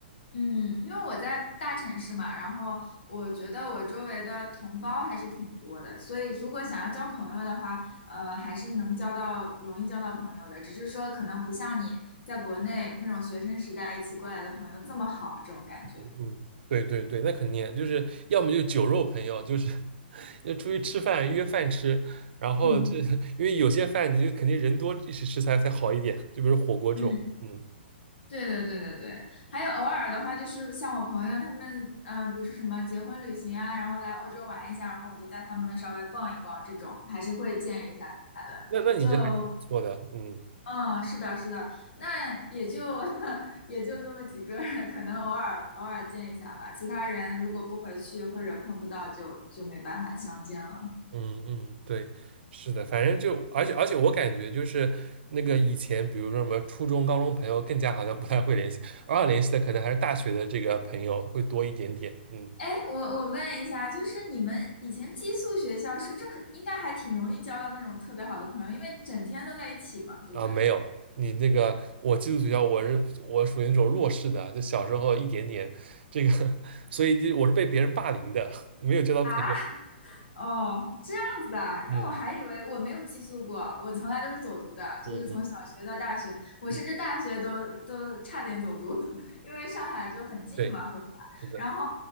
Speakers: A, on the left; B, on the right.
A: 嗯，因为我在大城市嘛，然后我觉得我周围的同胞还是挺多的，所以如果想要交朋友的话，呃，还是能交到，容易交到朋友的，只是说可能不像你在国内那种学生时代一起过来的朋友这么好，这种感觉。
B: 嗯，对对对，那肯定就是要么就酒肉朋友，就是 <laughs> 要出去吃饭约饭吃，然后这因为有些饭你就肯定人多一起吃才才好一点，
A: 嗯
B: 就比如火锅这种，
A: 嗯。
B: 嗯，
A: 对对对对对，还有偶尔的话，就是像我朋友他们，嗯、比如说什么结婚旅行啊，然后来欧洲玩一下，然后我就带他们稍微逛一逛，这种还是会见一下的。
B: 那那你这还挺不错的，
A: 就
B: 嗯
A: 嗯，是的，是的，那也就 <laughs> 也就这么几个人，可能偶尔偶尔见一下吧。其他人如果不回去或者碰不到就，就没办法相见了。
B: 嗯嗯，对，是的，反正就而且而且我感觉就是那个以前比如说什么初中高中朋友更加好像不太会联系，偶尔联系的可能还是大学的这个朋友会多一点点，嗯
A: 哎，我我问一下，就是你们以前寄宿学校是不是很应该还挺容易交到那种特别好的朋友，因为整天都在一起嘛，对不对？
B: 啊，没有，你那个我寄宿学校，我是我属于那种弱势的，就小时候一点点这个，<laughs> 所以就我是被别人霸凌的，<laughs> 没有交到朋友。
A: 啊，哦，这样子的啊因为我还以为我没有寄宿过，
B: 嗯
A: 我从来都是走读的，
B: 嗯嗯
A: 就是从小学到大学，我甚至大学都都差点走读，
B: 嗯，
A: <laughs> 因为上海就很近嘛，
B: 对，
A: 回家，
B: 是的，
A: 然后，